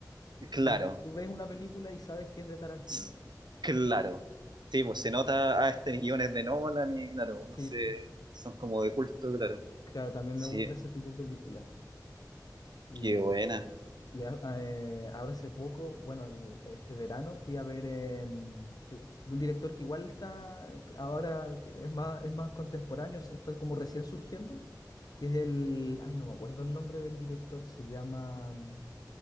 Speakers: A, on the left; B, on the right.
A: que
B: claro,
A: tú, tú ves una película y sabes que es de Tarantino.
B: S-
A: po.
B: claro. Sí, pues se nota a este guiones de Nolan y claro, uno
A: Sí,
B: se...
A: po.
B: son como de culto, claro.
A: Claro, también
B: Sí,
A: me gusta ese tipo de películas. po. Y,
B: qué buena.
A: y a- eh, ahora hace poco, bueno, el- este verano fui a ver em, que igual- de un director que igual está ahora, que es más, es más contemporáneo, se- está como recién surgiendo, que es el, ay, no me acuerdo el nombre del director, se llama mm,